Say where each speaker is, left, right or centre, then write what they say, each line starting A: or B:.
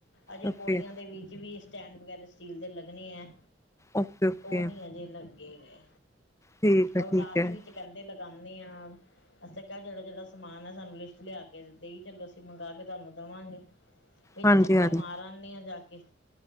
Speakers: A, on the left; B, on the left.
A: ਅਜੇ
B: ਓਕੇ
A: ਪੌੜੀਆਂ ਦੇ ਵਿੱਚ ਵੀ ਸਟੈਂਡ ਵਗੈਰਾ ਸਟੀਲ ਦੇ ਲੱਗਣੇ ਆ,
B: ਓਕੇ ਓਕੇ
A: ਉਹ ਨਹੀਂ ਅਜੇ ਲੱਗੇ ਵੇ।
B: ਠੀਕ ਹੈ
A: ਉਹ
B: ਠੀਕ
A: ਲਾਸਟ
B: ਹੈ
A: ਵਿੱਚ ਕਹਿੰਦੇ, ਲਗਾਉਂਦੇ ਆਂ। ਅਸੀਂ ਕਿਹਾ ਜਿਹੜਾ- ਜਿਹੜਾ ਸਮਾਨ ਆ, ਸਾਨੂੰ ਲਿਸਟ ਲਿਆ ਦੇ ਦਿੱਤੀ, ਚਲੋ ਅਸੀਂ ਮੰਗਾ ਕੇ ਤੁਹਾਨੂੰ ਦੇਵਾਂਗੇ, ਵਿੱਚ
B: ਹਾਂਜੀ
A: ਚੱਕਰ
B: ਹਾਂਜੀ
A: ਮਾਰਾਂਗੇ। <unintelligible> ਜਾ ਕੇ ਤੇ